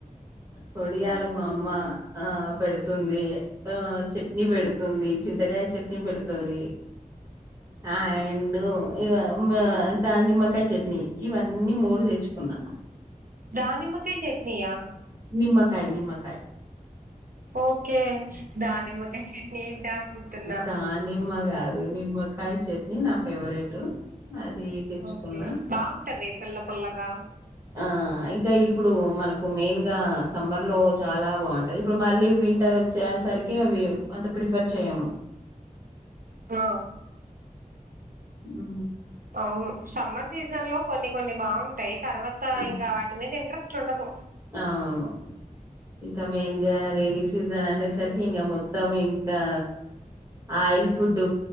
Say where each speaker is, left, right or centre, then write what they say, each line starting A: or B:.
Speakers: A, on the right; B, on the right.
A: పొడియాలు మా అమ్మ ఆ పెడుతుంది ఆ చట్నీ పెడుతుంది చింతకాయ చట్నీ పెడుతుంది అండ్ ఇ ఇంకా నిమ్మకాయ చట్నీ ఇవన్నీ మూడు తెచ్చుకున్నా
B: దానిమ్మకాయ చట్నీయా
A: నిమ్మకాయ నిమ్మకాయ
B: ఓకే దానిమ్మకాయ చట్నీ అనుకుంటున్నా
A: దానిమ్మకాయ కాదు నిమ్మకాయ చట్నీ నా ఫేవరెట్ అది తెచ్చుకున్న
B: ఓకే బాగుంటది పుల్ల పుల్లగా
A: ఆ ఇంకా ఇప్పుడు మనకు మెయిన్ గా సమ్మర్ లో చాలా బాగుంటది ఇప్పుడు మళ్ళీ వింటర్ వచ్చే సరికి అవి అంత ప్రిఫర్ చేయము
B: ఆ
A: ఉ
B: అవును సమ్మర్ సీజన్ లో కొన్ని కొన్ని బాగుంటాయి తర్వాత
A: హ్మ్.
B: ఇంకా వాటి మీద ఇంట్రెస్ట్ ఉండదు
A: అవును ఇంకా మెయిన్గా రెనీ సీజన్ అనే సరికి ఇంకా మొత్తం ఇంకా ఆయిల్ ఫుడ్